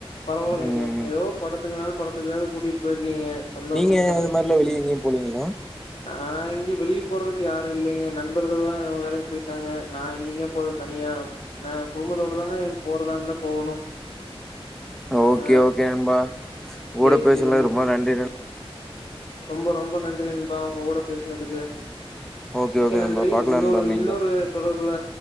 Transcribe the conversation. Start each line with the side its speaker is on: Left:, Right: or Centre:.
Left: பரவாயில்லைங்க
Centre: ம்
Left: ஏதோ படத்துக்குனால படத்துக்காவது கூட்டிகிட்டு போயிருக்கீங்க சந்தோஷங்க,
Centre: நீங்க இது மாதிரிலா வெளிய எங்கேயு போலீங்களா
Left: நா எங்கயு வெளியே போறதுக்கு யாரும் இல்லிங்க நண்பர்கள்ல்லா வேலைக்கு போயிட்டாங்க நா எங்க இங்க போறது தனியா நா குடும்பத்தோட தாங்க போறதா இருந்தா போகணும்
Centre: ஓகே
Left: ஆ,
Centre: ஓகே நண்பா உங்க
Left: சேரி,
Centre: கூட பேசுனதுள்ள
Left: சேரிங்க.
Centre: ரொம்ப நன்றி ந
Left: ரொம்ப ரொம்ப நன்றி நண்பா உங்க கூட பேசினதுக்கு
Centre: ஓகே
Left: மிக்க
Centre: ஓகே
Left: நன்றி
Centre: நண்பா பாக்கலா
Left: இன்னொரு
Centre: நண்பா மீண்டும்
Left: இன்னொரு தொடர்புல